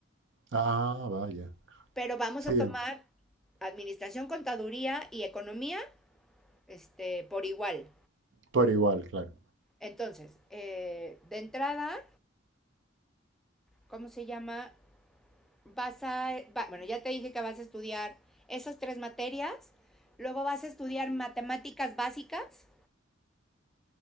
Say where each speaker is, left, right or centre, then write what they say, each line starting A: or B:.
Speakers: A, on the right; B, in the centre.
A: Ah, vaya.
B: Pero vamos
A: Sí,
B: a tomar
A: en-
B: administración, contaduría y economía este, por igual.
A: por igual, claro.
B: Entonces, eh, de entrada, ¿cómo se llama? Vas a, va- bueno, ya te dije que vas a estudiar esas tres materias, luego vas a estudiar matemáticas básicas